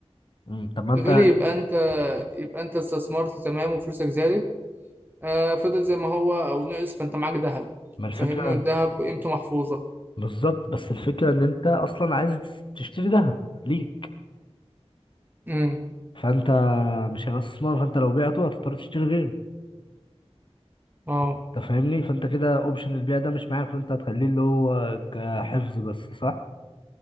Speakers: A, on the left; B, on the right.
A: امم طب ما انت
B: غلي يبقى انت يبقى انت استثمرت تمام وفلوسك زادت آه فضل زي ما هو او نقص فانت معاك ذهب
A: ما الفكره
B: فاهمني والذهب قيمته محفوظة
A: بالظبط بس الفكره ان انت اصلا عايز تشتري ذهب ليك
B: امم
A: فانت مش هيبقى استثمار فانت لو بعته هتضطر تشتري غيره
B: اه
A: انت فاهمني فانت كده اوبشن البيع ده مش معاك فانت هتخليه اللي هو كحفظ بس صح